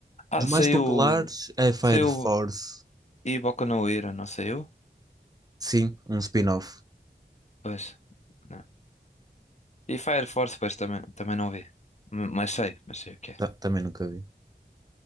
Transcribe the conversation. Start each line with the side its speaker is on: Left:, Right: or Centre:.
Left: Ah,
Right: dos mais
Left: saiu.
Right: populares é Fire
Left: Saiu
Right: Force.
Left: e Boku no Hero, não saiu?
Right: Sim, um spin-off.
Left: Pois. Não. E Fire Force, pois também, também não vi. M- Mas sei, mas sei o que
Right: Ta-
Left: é.
Right: também nunca vi.